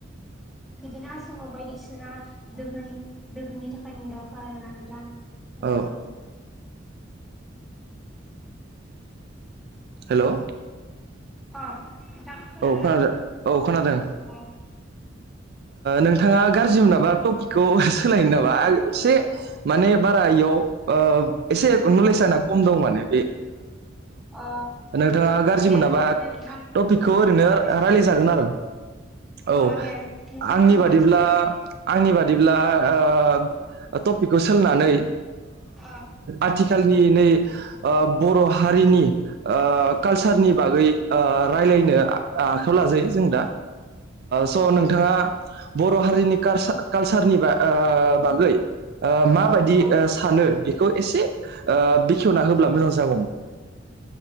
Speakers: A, in the centre; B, on the right.
A: बिदिनो आसामाव बायदिसिना दोहोन दोहोननि थाखाय मुंदांखा आरोना नोंथां। ओ
B: औ। हेल'
A: अ। नोंथां खोनादोंना
B: औ खोनादों औ खोनादों।
A: अ
B: नोंथाङा गाज्रि मोनाबा टपिकखौ सोलायनो नामा एसे माने बारा इयाव माने आंना कलेज आं खम दं माने
A: अ
B: नोंथाङा गाज्रि
A: दे
B: मोनाबा
A: दे नोंथां
B: खौ
A: नोंथाङा
B: ओरैनो
A: मानि बागै सावरायनो
B: रायलाय जागोन
A: सानदों
B: आरो औ
A: अ दे नोंथाङा
B: आंनि
A: मानि
B: बादिब्ला
A: बागै सावरायनो सानदों
B: आंनि बादिब्ला ओ टपिकखौ सोलनानै
A: अ
B: आथिखालनि नै बर' हारि नि ओ कालसारनि बागै ओ रायज्लायनो आखाइायाव लाजायो जों दा स' नोंथाङा बर' हारिनि कालसार कालसारनि ओ बा बागै माबायदि
A: अ
B: सानो एसे बेखेवना होब्ला मोजां जागौमोन